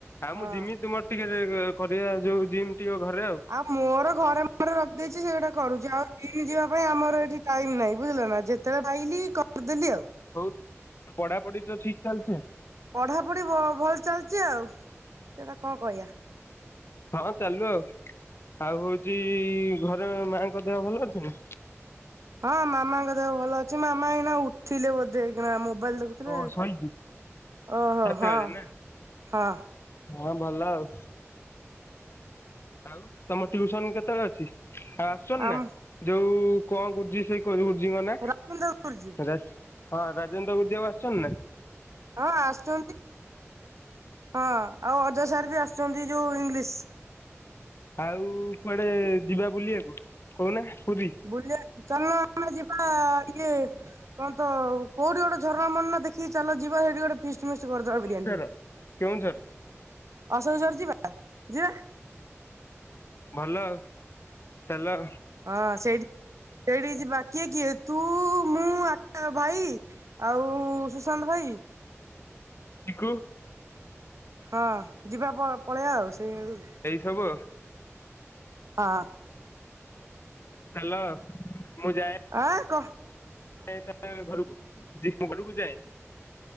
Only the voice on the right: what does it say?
ହଁ
ଆଉ ମୋର ଘରେ ମୋର ରଖିଦେଇଛି ସେଗୁଟା କରୁଛି ଆଉ ଯିବା ପାଇଁ ଆମର ଏଠି ଟାଇମ ନାହିଁ ବୁଝିଲ ନା। ଯେତେ ବେଳେ ପାଇଲି କରିଦେଲି ଆଉ।
ପଢା ପଢି ଭଲ ଚାଲିଛି ଆଉ ସେଟା କଣ କହିବା।
ହଁ ମାମାଙ୍କ ଦେହ ଭଲ ଅଛି ମାମା ଏଇନା ଉଠିଲେ ବୋଧେ ନା ମୋବାଇଲ ଦେଖୁ ଥିଲେ
ଓହୋ
ହଁ
ହଁ।
ଆମ
ରବୀନ୍ଦ୍ର ଗୁରୁଜୀ
ହଁ ଆସୁଚନ୍ତି ହଁ ଆଉ ଅଜୟ ସାର୍ବି ଆସୁଚନ୍ତି ଯୋଉ ଇଂଲିଶ।
ବୁଲିବା ଚାଲୁନ ଆମେ ଯିବା ଟିକେ କଣତ କୋଉଠି ଗୋଟେ ଝରଣା ଫରଣା ଦେଖିକି ଚାଲ ଯିବା ସେଠି ଗୋଟେ ଫିଷ୍ଟ ମିଷ୍ଟ କରିଦବା
ବିରିୟାନୀ
ଅଶୋକଝର ଯିବା ଯିବା।
ହଁ ସେଇଠି ସେଇଠିକି ଯିବା କିଏ କିଏ ତୁ ମୁଁ ଆକା ଭାଇ। ଆଉ ସୁଶାନ୍ତ ଭାଇ।
ହଁ ଯିବା ପ ପଳେଇବା ଆଉ ସେଇ ଆଡ଼ୁକୁ।
ହଁ।
ଆଁ କଁ